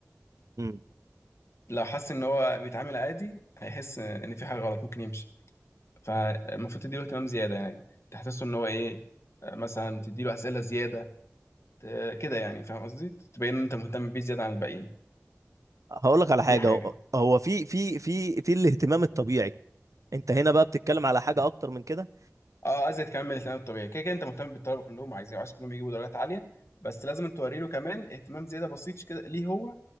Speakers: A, on the right (about 80°); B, on the left (about 55°).
A: امم
B: لو حس إن هو بيتعامل عادي هيحس آه، إن في حاجة غلط ممكن يمشي فالمفروض تديله اهتمام زيادة يعني تحسسه إن هو إيه آه، مثلا تديله أسئلة زيادة ت- كده يعني فاهم قصدي تبين إن أنت مهتم بيه زيادة عن الباقيين
A: هقول لك على حاجة
B: دي حاجة
A: هو هو في في في في الاهتمام الطبيعي انت هنا بقى بتتكلم على حاجة اكتر من كده
B: اه ازيد كمان من الاهتمام الطبيعي كده كده انت مهتم بالطلبه كلهم عايزين عايز كلهم يجيبوا درجات عاليه بس لازم توري له كمان اهتمام زياده بسيط كده ليه هو